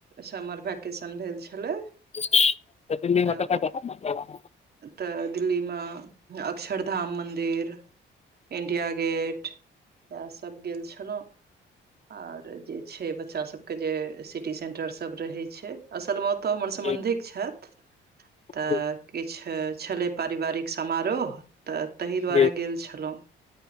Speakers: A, on the right (about 55°); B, on the left (about 35°).
A: समर वैकेशन भेल छलै।
B: तऽ दिल्ली में
A: तऽ
B: कत कत गेल रहि
A: तऽ दिल्लीमे अक्षरधाम मन्दिर,, इंडिया गेट इएह सब गेल छलहुँ। आर जे छै बच्चा सब के जे सिटी सेंटर सब रहे छै। असलमे ओतौ हमर सम्बन्धिक
B: जी
A: छथि।
B: जी
A: तऽ किछु छलै पारिवारिक समारोह तऽ। ताहि दुआरे
B: जी
A: गेल छलहुँं